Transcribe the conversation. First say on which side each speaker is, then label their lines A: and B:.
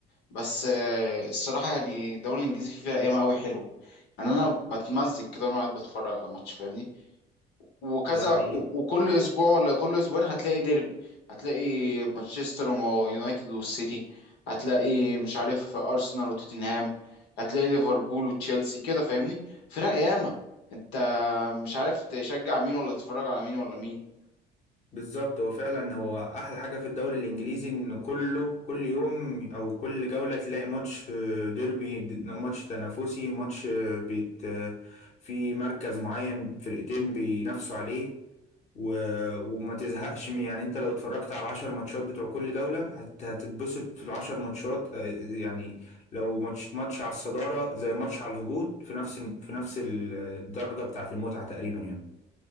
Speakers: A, on the left; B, on the left.
A: بس آه الصراحة يعني الدوري الانجليزي فيه فيها ايام قوي حلوة يعني انا بتمزج كده وانا قاعد بتفرج على ماتش فاهمني وكذا
B: ده حقيقي
A: و- وكل اسبوع ولا كل اسبوعين هتلاقي ديربي هتلاقي مانشستر ويونايتد والسيتي هتلاقي مش عارف ارسنال وتوتنهام هتلاقي ليفربول وتشيلسي كده فاهمني فرق ياما انت مش عارف تشجع مين ولا تتفرج على مين ولا مين
B: بالظبط هو فعلا هو احلى حاجه في الدوري الانجليزي ان كله كل يوم او كل جوله تلاقي ماتش آه، ديربي د- ماتش تنافسي ماتش آه، بيت آه، في مركز معين فرقتين بينافسوا عليه و... وما تزهقش من يعني انت لو اتفرجت على العشر ماتشات بتوع كل جولة هت... هتتبسط في العشر ماتشات آه، يعني لو ماتش ماتش على الصدارة زي ماتش على الهبوط في نفس ال... في نفس ال- آه، الدرجة بتاعة المتعة تقريبا يعني